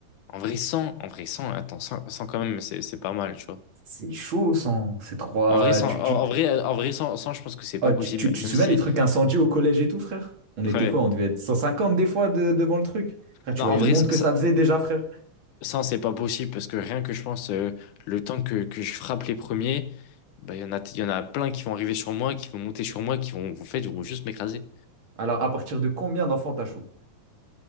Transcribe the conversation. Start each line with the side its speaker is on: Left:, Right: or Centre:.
Left: En vrai, 100, en vrai, 100, attends, 100 100 quand même, c'est c'est pas mal, tu vois.
Right: C'est chaud, sans ces trois.
Left: En vrai, 100,
Right: tu
Left: en
Right: tu
Left: en vrai, euh, en vrai cent cent je pense que c'est pas
Right: Ah,
Left: possible,
Right: tu, tu, tu
Left: même
Right: te souviens
Left: si.
Right: des trucs incendiés au collège et tout, frère? On était
Left: ouais.
Right: quoi? On devait être 150 des fois de- devant le truc. Frère, tu
Left: Non,
Right: voyais
Left: en vrai,
Right: le monde
Left: 100,
Right: que ça faisait déjà, frère.
Left: 100, c'est pas possible parce que rien que je pense, euh, le temps que, que je frappe les premiers, bah, il y en a, il y en a plein qui vont arriver sur moi, qui vont monter sur moi, qui vont, en fait, ils vont juste m'écraser.
Right: Alors, à partir de combien d'enfants t'as chaud?